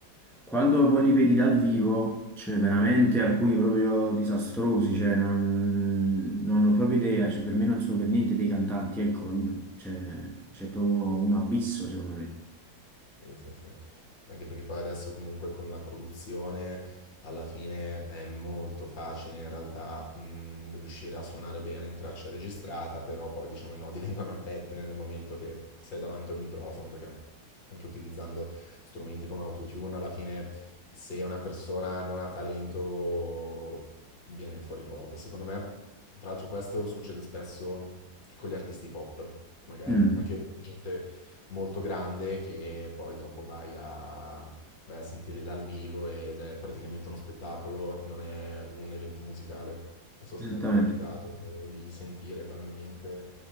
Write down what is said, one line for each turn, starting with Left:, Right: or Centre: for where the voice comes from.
Centre: Quando poi li vedi dal vivo, cioè veramente alcuni proprio disastrosi, cioè non, non ho proprio idea, cioè per me non sono per niente dei cantanti, ecco, capito? Cioè, c'è proprio un abisso, secondo me.
Left: Sì, sì, sì. Anche perché poi adesso comunque con la produzione alla fine è molto facile in realtà mh, riuscire a suonare bene in traccia registrata, però poi diciamo i nodi <laughs> vengono al pettine nel momento che sei davanti a un microfono, perché anche utilizzando strumenti come Autotune, alla fine se una persona non ha talento viene fuori poco. Secondo me, tra l'altro questo succede spesso con gli artisti pop, magari,
Centre: Mm,
Left: ma anche gente molto grande che poi dopo vai a, vai a sentire dal vivo ed è praticamente uno spettacolo, non è un evento musicale. Non so
Centre: esattamente.
Left: se ti è mai capitato di sentire banalmente